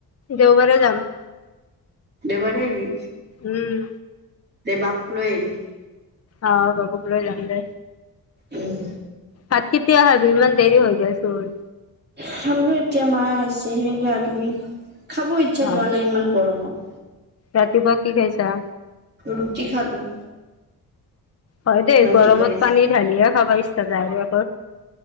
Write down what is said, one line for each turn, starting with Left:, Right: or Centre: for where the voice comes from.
Left: দেওবাৰে যাম।
Right: দেওবাৰে আহিবি?
Left: উম।
Right: দে বাবুক লৈ আহিবি।
Left: অ' বাবুক লৈ যাম দে।
Right: উম।
Left: ভাত কেতিয়া খাবি? ইমান দেৰি হৈ গেল চোন।
Right: খাম ৰহ এতিয়া মা আহিছে হে গা ধুই খাব ইচ্ছা
Left: অ
Right: যোৱা নাই ইমান গৰমত।
Left: ৰাতিপুৱা কি খাইছা?
Right: ৰুটি খালো।
Left: হয় দেই,
Right: ৰাতিপুৱা।
Left: গৰমত পানী ঢালিয়ে খাবা ইচ্ছা যায় আৰ'।